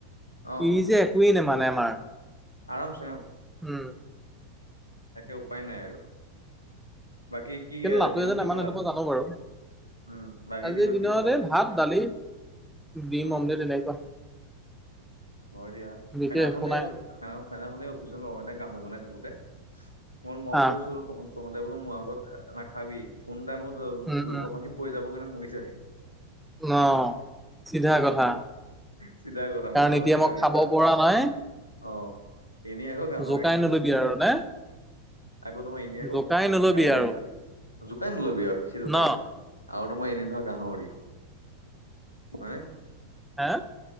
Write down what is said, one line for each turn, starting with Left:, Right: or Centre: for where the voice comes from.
Left: অ
Centre: ই যে একোৱেই নেমানে আমাৰ।
Left: আৰামছে অ
Centre: উম
Left: একে উপায় নাই আৰু। বাকী কি
Centre: কিন্তু নাটোৱে
Left: দিনত
Centre: যে
Left: কি
Centre: ইমান
Left: খালা
Centre: সেইটো মই জানো বাৰু।
Left: উম বাকী
Centre: আজিৰ দিনত
Left: কি খালা
Centre: এই ভাত, দালি, ডিম,
Left: অ
Centre: অমলেট এনেকুৱা।
Left: হয় দিয়া
Centre: বিশেষ
Left: সেনাখনে
Centre: একো নাই
Left: খেনাখনেই অফিচৰ লগৰতে গাহৰি বনাই থাকোতে, ম মই
Centre: আহ
Left: কৈছো ত তহঁতে বোলো মোৰ আগত নাখাবি। কোন টাইমত
Centre: উম
Left: লোভৰ
Centre: উম
Left: পানী পৰি যাব কিন্তু মৰিছা।
Centre: ন চিধা কথা
Left: চিধা কথা
Centre: কাৰণ
Left: মোৰ আগত
Centre: এতিয়া
Left: নেখাবি
Centre: মই খাব
Left: লাল
Centre: পৰা নাই
Left: আহ, এনেই আকৌ গাহৰি।
Centre: জোকাই নলবি আৰু নে
Left: আকৌ তোমাৰ এনেই আকৌ
Centre: জোকাই নলবি
Left: গাহৰি
Centre: আৰু
Left: হয়। জোকাই নলবি আৰুচিটো
Centre: ন
Left: টাইমত। আৰু তোমাৰ এনেই ধৰা গাহৰি। হয়নে!
Centre: হা